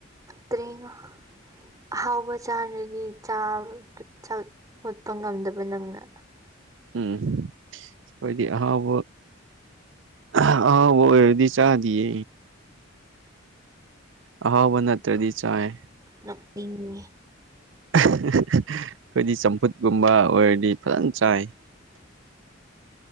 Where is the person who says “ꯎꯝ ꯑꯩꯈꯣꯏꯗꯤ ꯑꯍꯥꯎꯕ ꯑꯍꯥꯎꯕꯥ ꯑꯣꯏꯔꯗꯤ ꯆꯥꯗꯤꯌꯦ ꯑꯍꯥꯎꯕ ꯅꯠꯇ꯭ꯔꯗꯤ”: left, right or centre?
Right